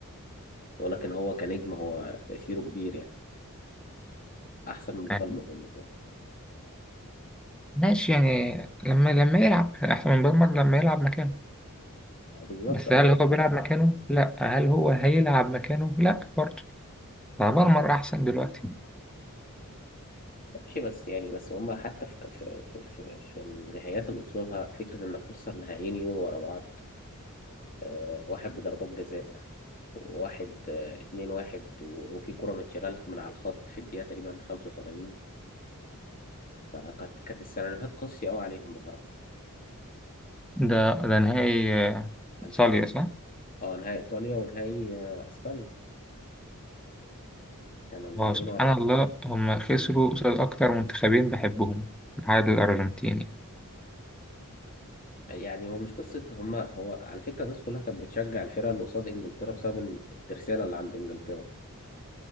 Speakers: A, on the left; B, in the centre.
A: ولكن هو كنجم هو تاثيره كبير يعني احسن من بالمر
B: يعني
A: بالنسبه لي
B: ماشي يعني لما لما يلعب أحسن من بالمر لما يلعب مكانه
A: بالظبط
B: بس
A: اه
B: هل هو بيلعب مكانه؟ لأ هل هو هيلعب مكانه؟ لأ برضه فبالمر أحسن دلوقتي
A: ماشي بس يعني بس هما حتى في في في في, في النهايات اللي وصلوا لها فكرة إنك تخسر نهائيين يورو ورا بعض آه، واحد بضربات جزاء وواحد آه، اتنين واحد و- وفي كرة متشالة لك من على الخط في الدقيقة تقريبا 85 فكانت كانت السيناريوهات قاسية أوي عليهم بصراحة
B: ده ده نهائي آه،
A: ألف
B: صالية صح؟
A: اه نهائي إيطاليا ونهائي آه، أسبانيا كانوا نهائيين
B: هو سبحان
A: ورا بعض
B: الله هم خسروا قصاد أكتر منتخبين بحبهم بعد الأرجنتين
A: يعني هو مش قصة هما هو على فكرة الناس كلها كانت بتشجع الفرقة اللي قصاد إنجلترا بسبب الترسانة اللي عند إنجلترا